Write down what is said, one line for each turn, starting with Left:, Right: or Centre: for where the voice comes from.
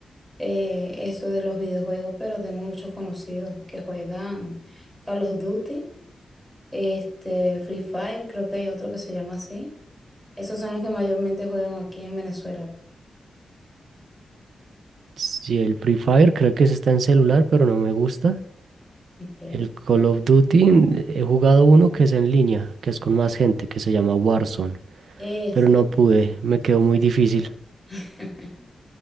Centre: eh, eso de los videojuegos, pero tengo muchos conocidos que juegan Call of Duty, este, Free Fire, creo que hay otro que se llama así. Esos son los que mayormente juegan aquí en Venezuela.
Right: Sí, el Free Fire creo que se está en celular, pero no me gusta.
Centre: pues. Ok.
Right: El Call of Duty mm, he jugado uno que es en línea, que es con más gente, que se llama Warzone,
Centre: Ese.
Right: pero no pude, me quedó muy difícil.
Centre: <laughs>